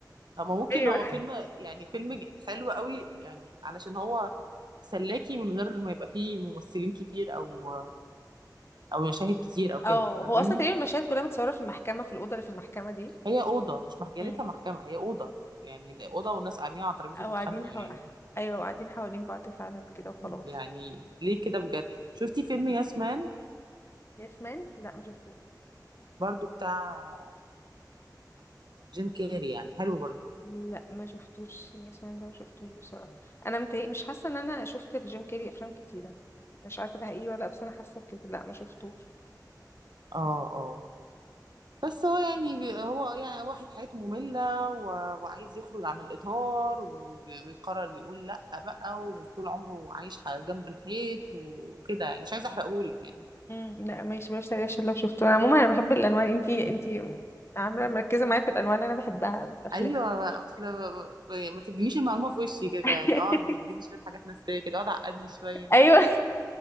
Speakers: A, on the right; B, on the left.
A: هما ممكن
B: ايوه
A: هو فيلم يعني فيلم ج- حلو قوي يعني علشان هو سلاكي من غير ما يبقى فيه ممثلين كتير او او مشاهد كتير او كده
B: اه
A: فاهماني
B: هو اصلا تقريبا المشاهد كلها متصوره في المحكمه في الاوضه اللي في المحكمه دي
A: هي أوضة مش مجالتها
B: امم
A: محكمة هي أوضة يعني أوضة والناس قاعدين على ترابيزة
B: او
A: بيتخانقوا
B: قاعدين حو...
A: يعني
B: ايوه قاعدين حوالين بعض فعلا كده وخلاص
A: يعني ليه كده بجد شفتي فيلم ياسمان
B: يس مان لا ما شفتوش
A: برضو بتاع جيم كاري يعني حلو برضو
B: لا ما شفتوش يس مان ده ما شفتوش بصراحه انا متهيأ مش حاسه ان انا شفت الجيم كيري افلام كتيره مش عارفه ده حقيقي ولا لأ، بس انا حاسه بكده لا ما شفتوش
A: اه بس هو يعني بي- هو يعني واحد حياته مملة و- وعايز يخرج عن الإطار وبي- ويقرر يقول لأ بقى ومش طول عمره عايش ح- جنب الحيط وكده يعني مش عايزة أحرقهولك يعني
B: امم لا ماشي بلاش تريقة عشان لو شفته انا عموما انا بحب الانواع انتي انتي عامله مركزه معايا في الانواع اللي انا بحبها من الافلام
A: أيوة أصل ما تدينيش المعلومة في وشي كده
B: <laughs>
A: يعني اقعد اديني شوية حاجات نفسية كده اقعد عقدني شوية
B: ايوه
A: <laughs>